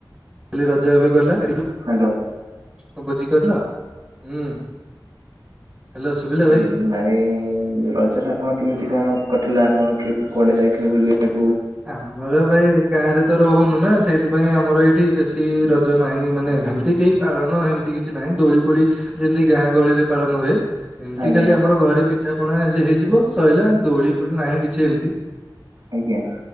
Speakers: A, on the right; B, on the right.
A: ଖାଲି ରଜ ଏବେ ଗଲା। ହେ
B: ହ୍ୟାଲୋ।
A: ଭୋଜି କରିଲ ହୁଁ। ହ୍ୟାଲୋ ଶୁଭିଲା
B: ହୁଁ।
A: ଭାଇ?
B: ଭାଇ ରଜରେ ଆପଣ କେମିତି କଣ କଟିଲା? ଆପଣ କି କୁଆଡ଼େ ଯାଇଥିଲେ ବୁଲିବାକୁ?
A: ଆମର ଭାଇ ଗାଁ ରେ ତ ରହୁନୁ ନା ସେଇଥିପାଇଁ ଆମର ଏଇଠି ବେଶୀ ରଜ ନାହିଁ ମାନେ ଏମତି କେହି ପାଳନ ହେମିତି କିଛି ନାହିଁ। ଦୋଳି ପୋଳି ଯେମିତି ଗାଁ ଗହଳିରେ ପାଳନ ହୁଏ। ଏମିତି
B: ଆଜ୍ଞା
A: ଖାଲି ଆମର ଘରେ ପିଠା ପଣା ହେଇଯିବ, ସଇଲା ଦୋଳି ପୋଳି ନାହିଁ କିଛି ଏମିତି
B: ଆଜ୍ଞା।